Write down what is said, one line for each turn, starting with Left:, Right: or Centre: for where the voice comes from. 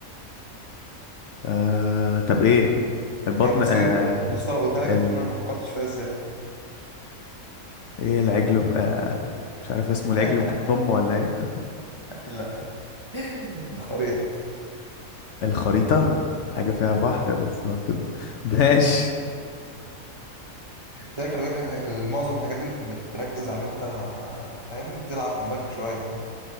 Left: آه... طب ايه البطن
Right: هي بسيطة
Left: آه...
Right: بس لو قلت لك
Left: ال...
Right: أنت تقول أنا ما فكرتش فيها إزاي
Left: ايه العجل في... آه... مش عارف اسمه العجل
Right: <laughs>
Left: في بطن امه ولا ايه
Right: لا الخريطة
Left: الخريطة حاجة فيها بحر بس ما بتب... <laughs> ماشي
Right: ده خلي بالك حاجة- معظم الحاجات دي بت- بتركز على إن أنت فاهم تلعب في دماغك شوية يعني